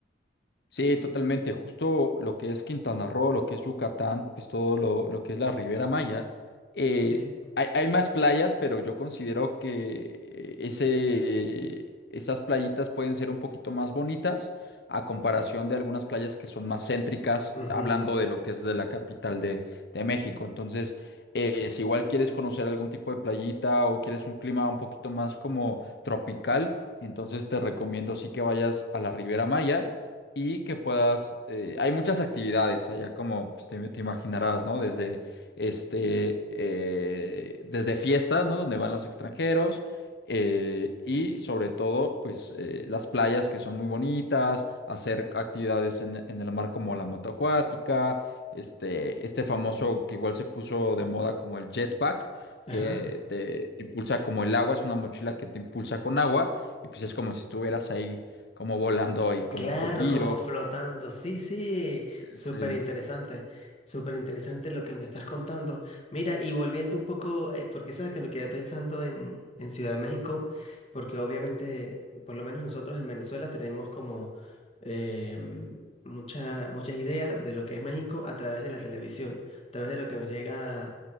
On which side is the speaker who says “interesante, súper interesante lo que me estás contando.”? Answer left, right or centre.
Left